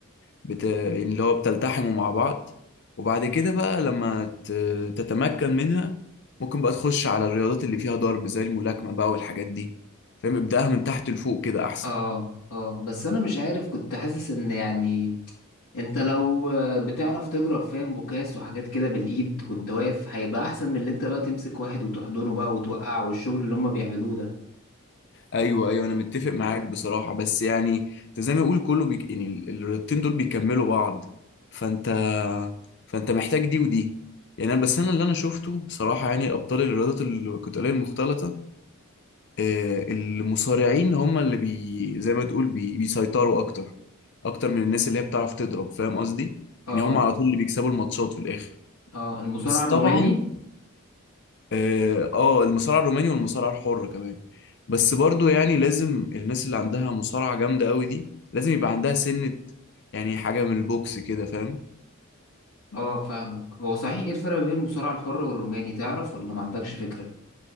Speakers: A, on the left; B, on the left.
A: بت... يعني اللي هو بتلتحموا مع بعض وبعد كده بقى لما ت... تتمكن منها ممكن بقى تخش على الرياضات اللي فيها ضرب زي الملاكمة بقى والحاجات دي فاهم ابدأها من تحت لفوق كده احسن
B: اه اه بس انا مش عارف كنت حاسس ان يعني انت لو آه، بتعرف تضرب فاهم بوكاس وحاجات كده بالايد وانت واقف هيبقى احسن من اللي انت بقى تمسك واحد وتحضنه بقى وتوقعه والشغل اللي هم بيعملوه ده
A: ايوه ايوه انا متفق معاك بصراحة بس يعني انت زي ما يقول كله بيك... يعني ال- الرياضتين دول بيكملوا بعض فانت فانت محتاج دي ودي يعني انا بس انا اللي انا شفته بصراحة يعني الابطال الرياضات القتالية المختلطة آه، المصارعين هم اللي بي زي ما تقول بي بيسيطروا اكتر اكتر من الناس اللي هي بتعرف تضرب فاهم قصدي
B: اه
A: يعني هم على طول اللي بيكسبوا الماتشات في الاخر
B: اه المصارع
A: بس
B: الروماني
A: طبعا اه آه، المصارعه الروماني والمصارعه الحره كمان بس برضو يعني لازم الناس اللي عندها مصارعه جامده قوي دي لازم يبقى عندها سنه يعني حاجه من البوكس كده فاهم
B: اه فاهمك هو صحيح ايه الفرق بين المصارع الحر والروماني تعرف ولا ما عندكش فكرة